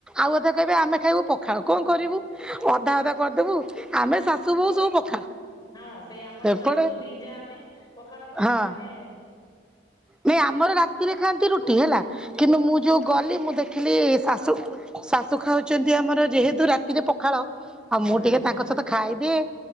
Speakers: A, in the centre; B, on the left (about 20°).
A: ଆଉ ଅଧା କହିବେ ଆମେ ଖାଇବୁ ପଖାଳ କଣ କରିବୁ ଅଧା ଅଧା କରିଦବୁ ଆମେ ଶାଶୁ ବୋହୂ ସବୁ ପଖାଳ।
B: ହଁ ସେଇ ଆମର
A: ସେପଟେ
B: ଶାଶୁ ଦି ଜା ଆମେ ପଖାଳ ଖାଉ
A: ହଁ
B: ସେମାନେ
A: ନାଇଁ ଆମର ରାତିରେ ଖାଆନ୍ତି ରୁଟି ହେଲା କିନ୍ତୁ ମୁଁ ଯଉ ଗଲି ମୁଁ ଦେଖିଲି ଶାଶୁ -ଶାଶୁ ଖାଉଚନ୍ତି ଆମର ଯେହେତୁ ରାତିରେ ପଖାଳ ଆଉ
B: ହଁ।
A: ମୁଁ ଟିକେ ତାଙ୍କ ସହିତ ଖାଇଦିଏ